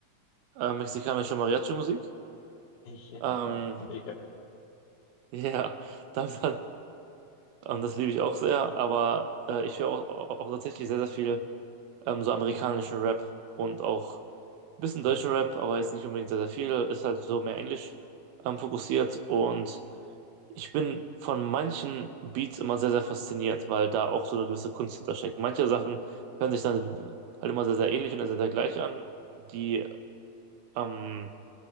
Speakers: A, on the right; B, on the left.
A: äh, mexikanische Mariachi-Musik.
B: <laughs>
A: Ähm,
B: Ja, mega.
A: <laughs> ja, das, ähm, das liebe ich auch sehr, aber äh, ich höre auch, auch tatsächlich sehr, sehr viel ähm, so amerikanischen Rap und auch ein bisschen
B: Mhm.
A: deutschen Rap, aber jetzt nicht unbedingt sehr, sehr viel, ist halt so mehr englisch ähm, fokussiert und ich bin von manchen Beats immer sehr, sehr fasziniert, weil da auch so eine gewisse Kunst hintersteckt. Manche Sachen hören sich dann halt immer sehr, sehr ähnlich und sehr, sehr gleich an, die ähm,